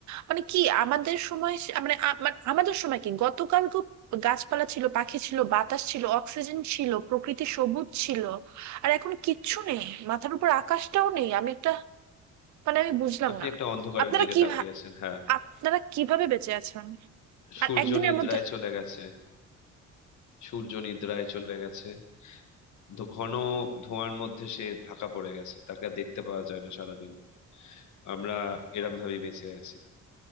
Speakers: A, on the right (about 70°); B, on the left (about 75°).
A: মানে কি আমাদের সময় সে- মানে আ- মানে আমাদের সময় কি গতকাল তো গাছপালা ছিল পাখি ছিল বাতাস ছিল অক্সিজেন ছিল প্রকৃতি সবুজ ছিল আর এখন কিচ্ছু নেই মাথার উপর আকাশটাও নেই আমি একটা মানে আমি বুঝলাম
B: আপনি
A: না
B: একটা অন্ধকারের
A: আপনারা
B: দিকে
A: কি
B: তাকিয়ে
A: ভা-
B: আছেন হ্যাঁ
A: আপনারা কিভাবে বেঁচে আছেন
B: সূর্য
A: আর একদিনের
B: নিদ্রায়
A: মধ্যে
B: চলে গেছে সূর্য নিদ্রায় চলে গেছে ধ- ঘন ধোঁয়ার মধ্যে সে ঢাকা পড়ে গেছে তাকে আর দেখতে পাওয়া যায় না সারাদিন আমরা এরম ভাবেই বেঁচে আছি